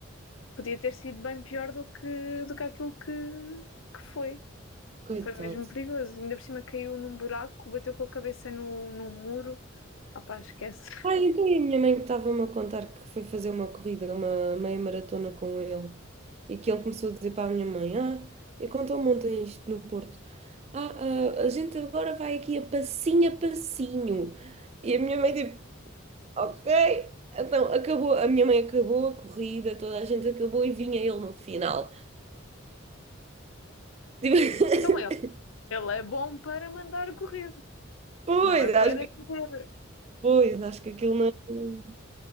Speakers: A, on the left; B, on the right.
A: podia ter sido bem pior do que, do que aquilo que, que foi.
B: Coitado.
A: Foi mesmo perigoso. Ainda por cima caiu num buraco, bateu com a cabeça no, num muro. Ah pá, esquece.
B: Ah, então e a minha mãe estava-me a contar que foi fazer uma corrida, uma meia maratona com ele, e que ele começou a dizer para a minha mãe: Ah, e contou-me ontem isto no Porto: Ah, ah, a gente agora vai aqui a passinho a passinho. E a minha mãe, tipo, ok. Então acabou, a minha mãe acabou a corrida, toda a gente acabou e vinha ele no final. Tipo, <laughs>
A: Então eu, ele é bom para mandar correr,
B: pois,
A: não é para
B: acho que,
A: correr.
B: pois, acho que aquilo não, ele